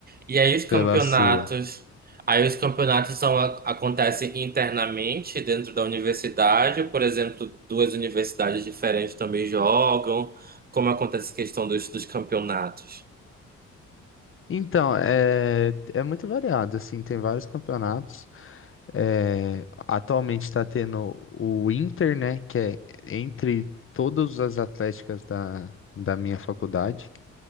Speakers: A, on the right; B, on the left.
A: E aí os campeonatos,
B: pela sua.
A: aí os campeonatos são, a- acontecem internamente dentro da universidade, por exemplo, duas universidades diferentes também jogam. Como acontece a questão dos, dos campeonatos?
B: Então, é, é muito variado, assim, tem vários campeonatos. É, atualmente está tendo o Inter, né? Que é entre todas as atléticas da, da minha faculdade.